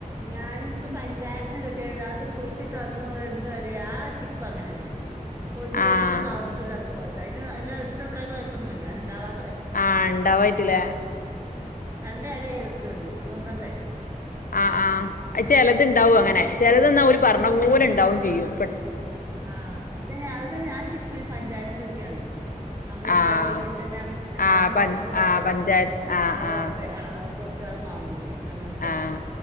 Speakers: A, on the right; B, on the left.
A: ഞാന് ഇൻക്ക് പഞ്ചായത്ത്ന്ന് കിട്ടിയ താടാ അത് കുഴിച്ചിട്ട് അന്ന് മുതൽ ഇന്ന് വ അതെ ആ ചിക്കു അങ്ങനെന്നെ പൊന്തിയിട്ടൂല്ല
B: ആഹ്
A: താന്നിട്ടുല്ല ന്ന കോല അയ്ന അല്ല ഇട്ടൊക്കാത്തതിൻ്റെ കുഴപ്പൊന്നുംല്ല ഉണ്ടാവാ
B: ആ ഇണ്ടാവ ട്ടിലേ?
A: രണ്ട് അര ക്ക്ണ്ട് പൊന്തണ്ടേ
B: ആ ആ അത് ചിലത്ണ്ടാവും അങ്ങനെ ചെലതിന്നാല് പറഞ്ഞ പോലെ
A: ഉം
B: ഇണ്ടാവും ചെയ്യും പെ
A: ആഹ് ഇതന്നെ അതന്നെ ആ ചിക്കു അയ്ന് പഞ്ചായത്തിന്ന് ട്ട്യാണ്. നമ്മള്
B: ആഹ്
A: വെഡ്ഡിങ്ങിന്റെന്നാണ്. പഞ്ചായത്ത്ന്ന്
B: ആഹ് പ
A: അയ്മ്പപ്പ്യേ,
B: ആഹ് പഞ്ചായത്ത് ആഹ്
A: അറുവർപ്യേ
B: ആഹ്
A: ആ അഹ് ത്തേള് മാങ്ങൂ ലേ. അങ്ങൻത്തെതാ.
B: ആഹ്